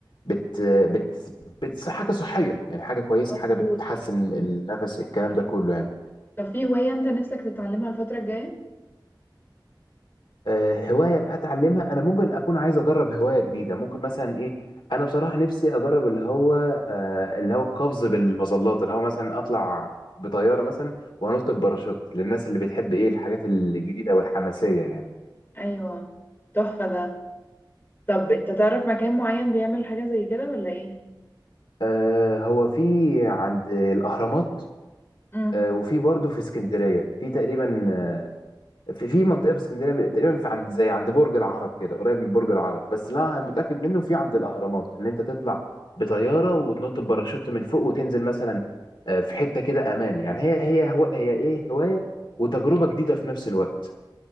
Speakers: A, on the left; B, on the left.
A: بت بت بت حاجة صحية يعني حاجة كويسة
B: مظبوط
A: حاجة بتحسن النفس الكلام ده كله يعني
B: طب في هوايه انت نفسك تتعلمها الفتره الجايه
A: آه هواية اتعلمها انا ممكن اكون عايز اجرب هواية جديدة ممكن مثلا ايه انا بصراحة نفسي اجرب اللي هو آه اللي هو القفز بالمظلات اللي هو مثلا اطلع بطيارة مثلا وانط بباراشوت للناس اللي بتحب ايه الحاجات الجديدة والحماسية يعني
B: ايوه تحفه ده طب انت تعرف مكان معين بيعمل حاجه زي كده ولا ايه
A: آه هو في عند الأهرامات
B: امم
A: آه وفي برضه في اسكندرية في تقريبا
B: مم.
A: آه في في منطقة في اسكندرية تقريبا في عند زي عند برج العرب كده قريب من برج العرب بس لا أنا متأكد منه في عند الأهرامات اللي أنت تطلع بطيارة وتنط بباراشوت من فوق وتنزل مثلا آه في حتة كده أمان يعني هي هي هو هي إيه هواية وتجربة جديدة في نفس الوقت